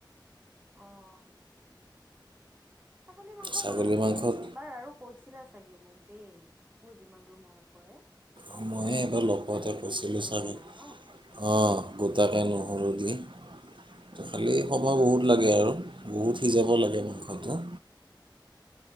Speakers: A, on the right; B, on the right.
A: অঁ। ছাগলী মাংসৰ
B: ছাগলী
A: কথাটো তুমি
B: মাংসত
A: এবাৰ আৰু কৈছিলা চাগে মোক দেই মোৰ যিমান দূৰ মনত পৰে,
B: অঁ মইে
A: কিবা
B: এইবাৰ
A: নহৰু
B: লগ
A: গোটাকে
B: পতে কৈছিলোঁ
A: দি পেলাই
B: চাগে
A: বনাই ন
B: অঁ গোটাকে নহৰু দি ত খালি সময় বহুত লাগে আৰু বহুত সিজাব লাগে মাংসটো